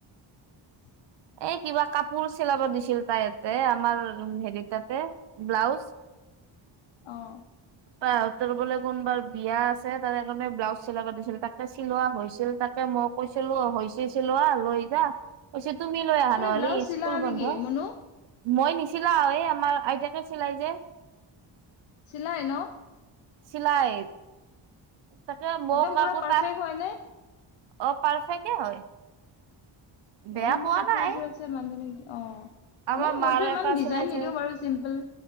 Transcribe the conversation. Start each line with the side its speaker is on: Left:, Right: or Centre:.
Left: <inaudible>
Right: এই কিবা কাপোৰ চিলাব দিছিল তাই এতে আমাৰ হেৰি তাতে ব্লাউজ।
Left: অ'।
Right: তাহঁতৰ বোলে কোনবাৰ বিয়া আছে তাৰে কাৰণে ব্লাউজ চিলাবা দিছিল। তাকে চিলোৱা হৈছিল তাকে। মই কৈছিলো অ' হৈছেছিলো আ লৈ যা পিছে তুমি লৈ আহা নহ'লি
Left: ব্লাউজ চিলা
Right: স্কুল বন্ধ।
Left: নেকি মুনু
Right: মই নিচালাও এই আমাৰ আইতাকে চিলাই যে
Left: চিলায় ন'।
Right: চিলাই তাকে মৌ
Left: একদম
Right: কাকো
Left: পুৰা পাৰফেক্ট
Right: তাত
Left: হয় নে
Right: অ' পাৰফেকে হয়। বেয়া
Left: অ' মোৰ
Right: পোৱা
Left: কাপোৰ,
Right: নাই
Left: এযোৰ আছে মানজনীক দি অ'।
Right: আমাৰ
Left: এনে
Right: মাৰো
Left: মইতো ইমান
Right: এটা
Left: ডিজাইন
Right: চিলাই থৈ
Left: নিদিও বাৰু চিম্পুল।